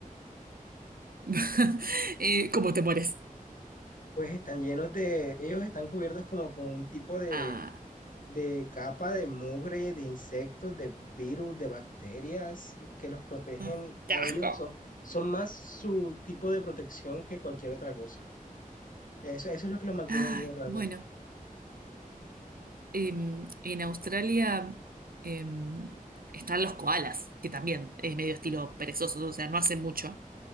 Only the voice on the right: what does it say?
<laughs> eh, ¿cómo te mueres?
Ah,
Mm, ¡Qué
asco!
ay,
bueno, Em, en Australia em, están los koalas, que también es medio estilo perezosos, o sea, no hacen mucho.